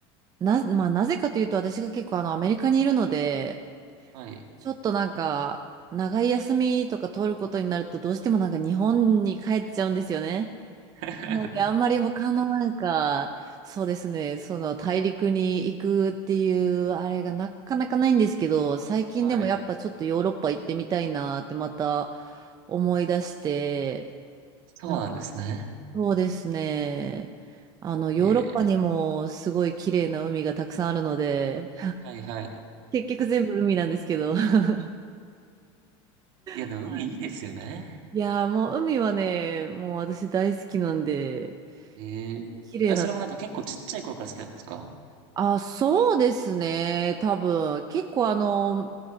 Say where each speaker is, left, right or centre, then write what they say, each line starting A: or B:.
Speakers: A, on the right; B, on the right.
A: ーな、まあ、なぜかというと、私が結構あの、アメリカにいるので、
B: はい。
A: ちょっとなんか、長い休みとか取ることになると、どうしてもなんか日本に帰っちゃうんですよね。
B: <laughs>
A: なので、あんまり他のなんか、そうですね、その大陸に行くっていうあれがなかなかないんですけど、最近でもやっぱちょっとヨーロッパ行ってみたいなってまた
B: はい。
A: 思い出して、
B: そうなんですね。
A: なそうですね。あの、ヨーロッパにもすごい綺麗な海がたくさんあるので、
B: ええーはいはい。
A: 結局全部海なんですけど。<laughs> は
B: いや、でも海いいですよね。
A: いいやーもう海はね、もう私大好きなんで、
B: ええーあ、
A: 綺麗な。
B: それもなんか結構ちっちゃい頃から好きなんですか
A: あ、そうですね。多分、結構あの、